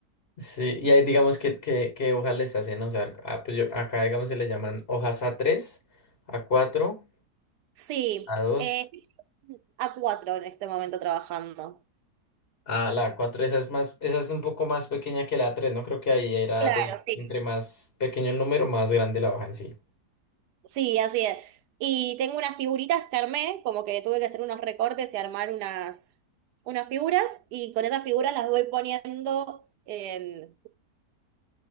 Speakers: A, on the left; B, on the right.
A: Sí, y ahí digamos que, que, que hojas les hacen usar. Ah, pues yo, acá digamos se le llaman hojas a tres, a cuatro,
B: Sí,
A: a dos,
B: eh, estoy a cuatro en este momento trabajando.
A: Ah, la A4, esa es más, esa es un poco más pequeña que la A3, ¿no? Creo que ahí era
B: Claro,
A: de
B: sí.
A: entre más pequeño el número, más grande la hoja en sí.
B: Sí, así es. Y tengo unas figuritas que armé, como que tuve que hacer unos recortes y armar unas, unas figuras, y con esas figuras las voy poniendo en...